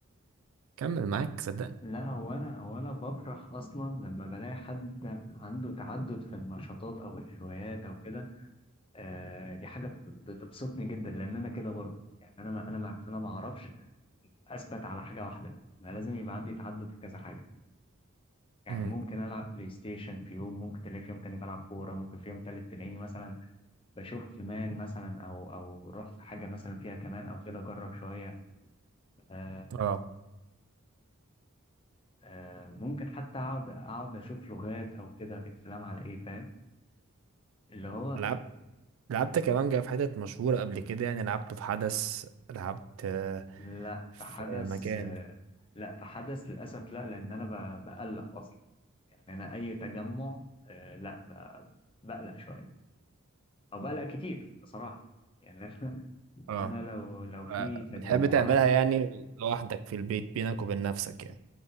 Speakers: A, on the right; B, on the left.
A: كمل معاك صدقني
B: لا هو أنا هو أنا بفرح أصلا لما بلاقي حد عنده تعدد في النشاطات أو الهوايات أو كده آه دي حاجه بت- بتبسطني جدا لان انا كده برضو يعني انا ما انا ما انا ما اعرفش اثبت على حاجه واحده انا لازم يبقى عندي تعدد في كذا حاجه يعني
A: امم
B: ممكن العب بلاي ستيشن في يوم ممكن تلاقي في يوم تاني بلعب كوره ممكن في يوم تالت تلاقيني مثلا بشوف كمان مثلا او او رحت حاجه مثلا فيها كمان او كده اجرب شويه آه
A: اه
B: آه ممكن حتى اقعد اقعد اشوف لغات او كده الكلام على ايه فاهم اللي هو
A: لعبت لعبت كمانجا في حتت مشهورة قبل كده يعني لعبته في حدث لعبت آه،
B: لا
A: في
B: في حدث
A: مكان
B: آه لا في حدث للاسف لا لان انا ب- بقلق اصلا يعني انا اي تجمع آه لا ب- بقلق شويه او بقلق كتير بصراحه يعني <laughs>
A: اه
B: انا لو لو في
A: آه،
B: تجمعات
A: بتحب تعملها يعني لوحدك في البيت بينك وبين نفسك يعني